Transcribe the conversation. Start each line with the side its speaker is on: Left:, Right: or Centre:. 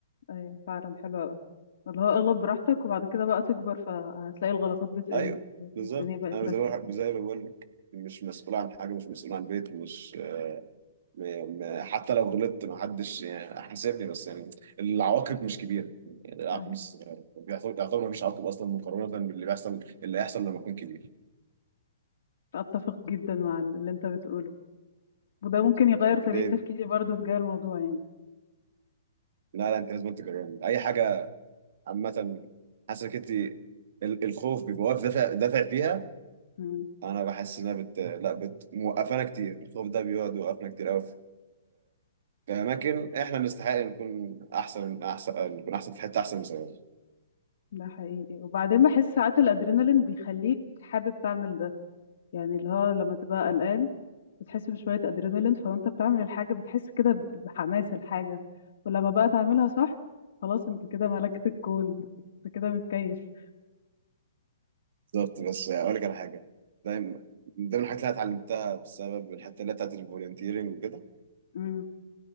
Left: ايوه فعلا حلوة قوي اللي هو اغلط براحتك وبعد كده بقى تكبر فهتلاقي الغلطات بتقل
Right: ايوه
Left: والدنيا
Right: بالظبط
Left: بقت
Right: انا
Left: راسية
Right: زي ما زي ما بقول لك مش مسؤول عن حاجه مش مسؤول عن بيت مش م... م... حتى لو غلطت ما حدش يعني حاسبني بس يعني العواقب مش كبيره يعني العواقب
Left: أيوه.
Right: مش صغيره يعتبر يعتبر ما فيش عواقب اصلا مقارنه باللي بيحصل اللي هيحصل لما اكون كبير
Left: اتفق جدا مع اللي انت بتقوله وده ممكن يغير
Right: أو
Left: طريقة
Right: ليه
Left: تفكيري برضو تجاه الموضوع يعني
Right: لا لا انت لازم تجربي اي حاجه عامه حاسسك انت ال- الخوف بيبقى واقف دافع دافع فيها
Left: مم.
Right: انا بحس انها بت لا بت موقفانا كتير الخوف ده بيقعد يوقفنا كتير قوي في اماكن احنا نستحق نكون احسن احسن نكون احسن في حته احسن من زمان
Left: ده حقيقي وبعدين بحس ساعات الادرينالين بيخليك حابب تعمل ده يعني اللي هو لما تبقى قلقان بتحس بشوية ادرينالين فوانت بتعمل الحاجة بتحس كده بحماس الحاجة ولما بقى تعملها صح خلاص انت كده ملكت الكون <laughs> انت كده متكيف
Right: بالظبط بس اقول لك على حاجه دايما من من ضمن الحاجات اللي أنا اتعلمتها بسبب الحته اللي بتاعت الفولنتيرنج وكده
Left: امم